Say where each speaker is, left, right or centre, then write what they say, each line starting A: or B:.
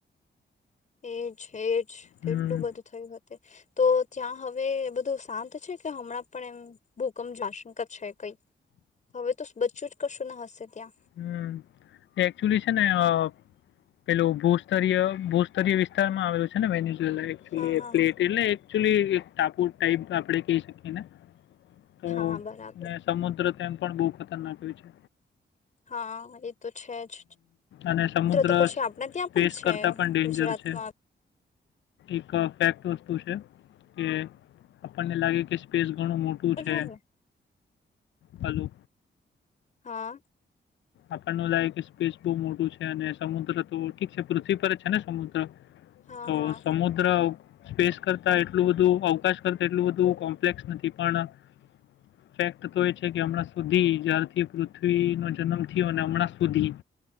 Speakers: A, on the left (about 40°); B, on the left (about 75°).
A: એજ એજ
B: હમ
A: કેટલું બધું થયું હતે તો ત્યાં હવે બધું શાંત છે કે હમણાં પણ એમ ભૂકંપ જ આશંકા છે કઈ. હવે તો બચિયું જ કશું ના હશે ત્યાં.
B: હમ્મ એકચુલી છે ને અ પેલું ભૂસ્તરીય-ભૂસ્તરીય વિસ્તારમાં આવેલું છે ને વેનીશ પ્લેટ
A: હા
B: એ
A: હા
B: પ્લેટ એટલે એક્ક્યુલી એક ટાપુ ટાઈપ આપડે કહી શકીયે એને. તો
A: હા બરાબર
B: ને સમુદ્ર તેમ પણ બહુ ખતરનાક હોય છે.
A: હા એ તો છે જ
B: અને સમુદ્ર
A: તો પછી આપણા ત્યાં
B: સ્પેસ
A: પણ છે
B: કરતા પણ ડેન્જર
A: ગુજરાતમાં
B: છે. એક ફેક્ટ વસ્તુ છે કે આપણને લાગે કે સ્પેસ ઘણું મોટું
A: જ
B: છે.
A: હોય ને
B: હાલો.
A: હા.
B: આપણને એવુ લાગે કે સ્પેસ બહુ મોટું છે અને સમુદ્ર તો ઠીક છે પૃથ્વી પર જ છે ને સમુદ્ર
A: હા
B: તો
A: હા
B: સમુદ્ર સ્પેસ કરતા એટલું બધું અવકાશ કરતા એટલું બધું કોમ્પ્લેક્સ નથી પણ ફેક્ટ તો એ છે કે હમણાં સુધી જ્યારથી પૃથ્વીનો જન્મ થિયું હમણાં સુધી